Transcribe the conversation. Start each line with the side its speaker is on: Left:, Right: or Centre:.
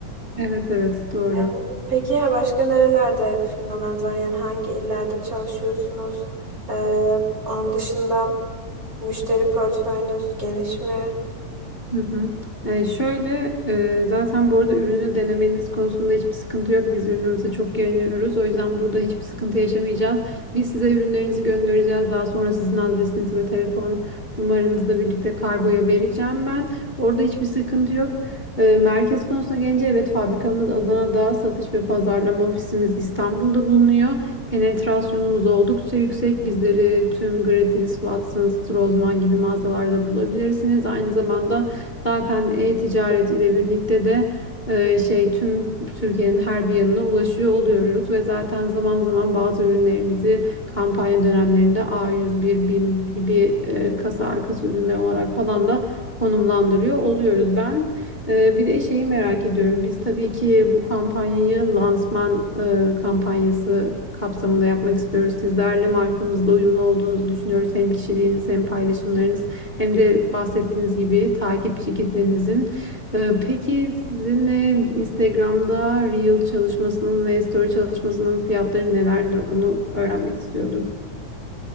Left: Evet evet doğru.
Right: E, peki ya başka nerelerde firmalarınız var? Yani hangi illerde çalışıyorsunuz? E, onun dışında müşteri portföyünüz geniş mi?
Left: Hı hı. Yani şöyle e, zaten bu arada ürünü denemeniz konusunda hiçbir sıkıntı yok. Biz ürünümüze çok güveniyoruz. O yüzden burada hiçbir sıkıntı yaşamayacağız. Biz size ürünlerinizi göndereceğiz. Daha sonra sizin adresiniz ve telefon numaranızla birlikte kargoya vereceğim ben. Orada hiçbir sıkıntı yok. E, merkez konusuna gelince evet fabrikamız Adana'da, satış ve pazarlama ofisimiz İstanbul'da bulunuyor. Penetrasyonumuz oldukça yüksek. Bizleri tüm Gratis, Watsons, Rossmann gibi mağazalarda bulabilirsiniz. Aynı zamanda Zaten e-ticaret ile birlikte de e, şey tüm Türkiye'nin her bir yanına ulaşıyor oluyoruz ve zaten zaman zaman bazı ürünlerimizi kampanya dönemlerinde a yüz bir BİM gibi e, kasa arkası ürünler olarak falan da konumlandırıyor oluyoruz. Ben e, bir de şeyi merak ediyorum. Biz tabii ki bu kampanyayı lansman e, kampanyası kapsamında yapmak istiyoruz. Sizlerle markamızda uyumlu olduğunuzu düşünüyoruz. Hem kişiliğiniz hem paylaşımlarınız hem de bahsettiğiniz gibi takip şirketlerinizin. Ee, peki sizinle Instagram'da Reel çalışmasının ve Story çalışmasının fiyatları nelerdir onu öğrenmek istiyordum.